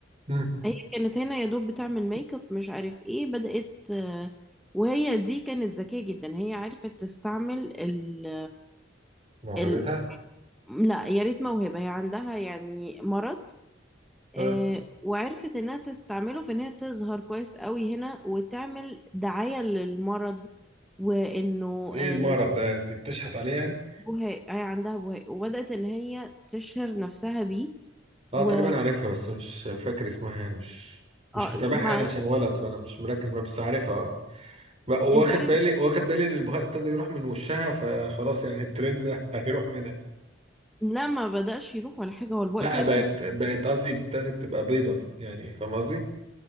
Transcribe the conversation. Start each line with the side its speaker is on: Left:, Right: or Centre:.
Right: مم.
Centre: هي كانت هنا يا دوب بتعمل ميك اب مش عارف ايه بدأت آه وهي دي كانت ذكية جدا هي عرفت تستعمل ال
Right: موهبتها
Centre: ال لا يا ريت موهبة هي عندها يعني مرض
Right: اه
Centre: آه، وعرفت انها تستعمله في ان هي تظهر كويس قوي هنا وتعمل دعاية للمرض وانه
Right: ايه
Centre: آه،
Right: المرض ده انت بتشحت عليه يعني
Centre: البهاق هي عندها بهاق وبدأت ان هي تشهر نفسها بيه
Right: اه
Centre: و
Right: تقريبا عارفها بس مش فاكر اسمها يعني مش مش
Centre: آه،
Right: متابعها
Centre: ما
Right: انا عشان ولد فانا مش مركز معاها بس عارفها اه بقى- واخد
Centre: انت عارف
Right: بالي واخد بالي ان البهاء ابتدى يروح من وشها فخلاص يعني الترند ده <laughs> هيروح منها
Centre: لا ما بدأش يروح ولا حاجة هو البقع
Right: لا
Centre: كده
Right: بقت
Centre: كان
Right: بقت قصدي ابتدت تبقى بيضة يعني فاهم قصدي